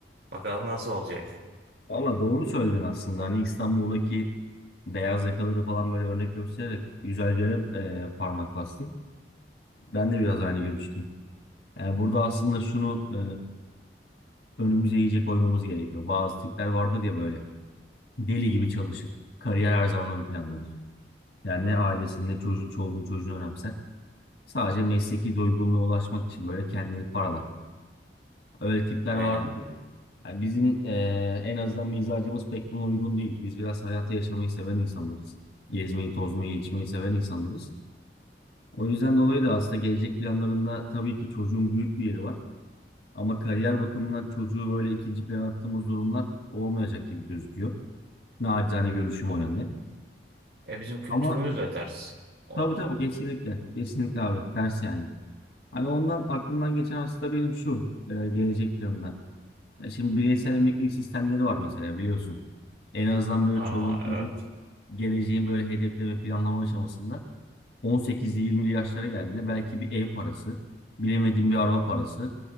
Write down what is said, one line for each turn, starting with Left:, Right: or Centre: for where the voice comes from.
Right: Bakalım nasıl olacak.
Left: Valla doğru söyledin aslında. Hani İstanbul'daki beyaz yakaları falan böyle örnek göstererek güzel bir yere e, parmak bastın. Ben de biraz aynı görüşteyim. Yani burada aslında şunu e, önümüze iyice koymamız gerekiyor. Bazı tipler vardır ya böyle deli gibi çalışır. Kariyer her zaman ön plandadır. Yani ne ailesini ne çocuğu, çoluğunu çocuğunu önemser. Sadece mesleki doygunluğa ulaşmak için böyle kendini paralar. Öyle tipler
Right: Aynen.
Left: vardı ya. Yani bizim eee, en azından mizacımız pek buna uygun değil. Biz biraz hayatı yaşamayı seven insanlarız. Gezmeyi, tozmayı, içmeyi seven insanlarız. O yüzden dolayı da aslında gelecek planlarında tabii ki çocuğun büyük bir yeri var. Ama kariyer bakımından çocuğu böyle ikinci plana attığımız durumlar olmayacak gibi gözüküyor. Naçizane görüşüm o yönde.
Right: E bizim kültürümüz
Left: Ama
Right: de ters o
Left: tabii
Right: durum.
Left: tabii kesinlikle. Kesinlikle abi. Ters yani. Hani ondan aklımdan geçen aslında benim şu eee, gelecek planında. Ya şimdi bireysel emeklilik sistemleri var mesela biliyorsun. En azından böyle
Right: Aa
Left: çoluk çocuğun
Right: evet.
Left: geleceğin böyle hedefleme planlama aşamasında 18'li 20'li yaşlara geldiğinde belki bir ev parası, bilemediğin bir araba parası